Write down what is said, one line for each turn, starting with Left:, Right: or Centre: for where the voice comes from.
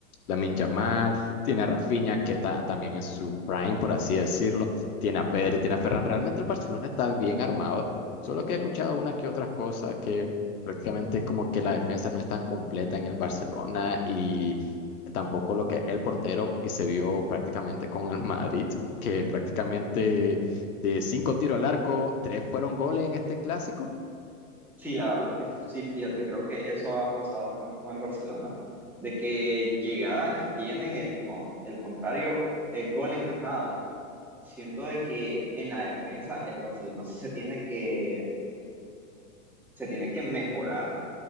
Left: Lamine Yamal, tiene a Rafinha, que está también en su prime, por así decirlo. Tiene a Pedri, tiene a Ferran. Realmente el Barcelona está bien armado, solo que he escuchado unas que otras cosas que prácticamente como que la defensa no es tan completa en el Barcelona y tampoco lo que el portero y se vio prácticamente con el Madrid, que prácticamente de cinco tiros al arco, tres fueron goles en este clásico.
Centre: Sí, la verdad es que sí, fíjate, creo que eso ha pasado bastante con el Barcelona, de que llegada que tienen el, con, el contrario, el gol encajado. Siento de que en la defensa el Barcelona sí se tiene que, se tiene que mejorar